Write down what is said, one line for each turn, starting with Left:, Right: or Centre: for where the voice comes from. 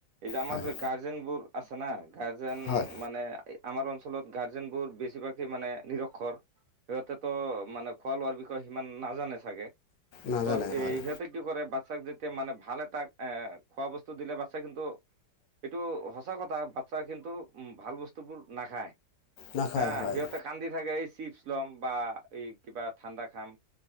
Right: এই যে আমাৰ
Left: হয়
Right: যে গাৰ্জেন বোৰ আছে ন। গাৰ্জেন
Left: হয়
Right: মানে আমাৰ অঞ্চলত গাৰ্জেনবোৰ বেছিভাগেই মানে নিৰক্ষৰ, সিহঁতেতো মানে খোৱা লোৱাৰ বিষয়ে সিমান নাজানে চাগে।
Left: নাজানে
Right: ত
Left: হয়
Right: ইহঁতে কি কৰে বা চাক যেতিয়া মানে ভাল তাক এ খোৱা বস্তু দিলে বাচ্ছা কিন্তু এইটো সঁচা কথা বাচ্ছা কিন্তু উ ভাল বস্তুবোৰ নাখায়।
Left: নাখায়
Right: হা
Left: হয়
Right: সিহঁতে কান্দি থাকে এই চিপ <unintelligible> বা এই কিবা ঠাণ্ডা খাম।